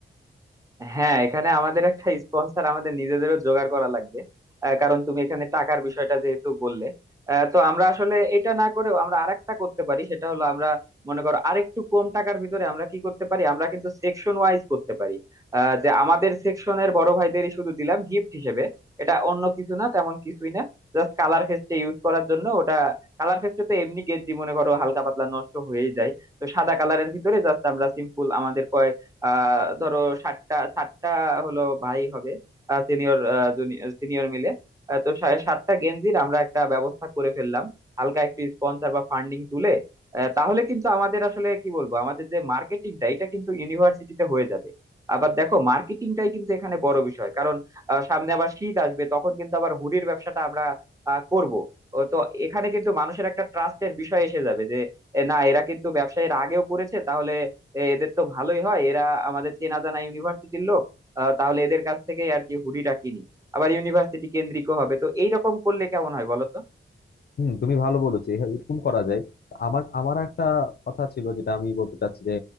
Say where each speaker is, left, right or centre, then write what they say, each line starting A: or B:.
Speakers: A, on the right; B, on the left.
A: হ্যাঁ এখানে আমাদের একটা স্পন্সর আমাদের নিজেদেরও জোগাড় করা লাগবে আহ, কারণ তুমি এখানে টাকার বিষয়টা যেহেতু বললে আহ, তো আমরা আসলে এটা না করেও আমরা আরেকটা করতে পারি সেটা হলো আমরা মনে করো আরেকটু কম টাকার ভিতরে আমরা কি করতে পারি আমরা কিন্তু সেকশন ওয়াইজ করতে পারি আহ, যে আমাদের সেকশনের বড় ভাইদেরই শুধু দিলাম গিফট হিসেবে এটা অন্য কিছু না তেমন কিছুই না জাস্ট কালার ফেস্টে ইউজ করার জন্য ওটা কালার ফেস্টে তো এমনি গেঞ্জি মনে করো হালকা পাতলা নষ্ট হয়েই যায় তো সাদা কালারের ভিতরে জাস্ট আমরা সিম্পল আমাদের আহ ধরো ষাটটা ষাটটা হলো ভাই হবে সিনিয়র সিনিয়র মিলে আহ, তো সা- ষাটটা গেঞ্জির আমরা একটা ব্যবস্থা করে ফেললাম হালকা একটু স্পন্সর বা ফান্ডিং তুলে আহ, তাহলে কিন্তু আমাদের আসলে কি বলবো আমাদের যে মার্কেটিংটা এটা কিন্তু ইউনিভার্সিটিতে হয়ে যাবে আবার দেখো মার্কেটিংটাই কিন্তু এখানে বড় বিষয় কারণ আহ, সামনে আবার শীত আসবে তখন কিন্তু আবার হুডির ব্যবসাটা আমরা আহ, করব ও তো এখানে কিন্তু মানুষের একটা ট্রাস্টের বিষয় এসে যাবে যে এ, না এরা কিন্তু ব্যবসায়ীর আগেও করেছে তাহলে এ এদের তো ভালোই হয় এরা আমাদের চেনা জানা ইউনিভার্সিটির লোক আহ, তাহলে এদের কাছ থেকে আর কি হুডিটা কিনি আবার ইউনিভার্সিটি কেন্দ্রিক হবে তো এইরকম করলে কেমন হয় বলো তো?
B: হুম তুমি ভালো বলেছো এ- এরকম করা যায় তো আমার আমার একটা কথা ছিল যেটা আমি বলতে চাচ্ছি যে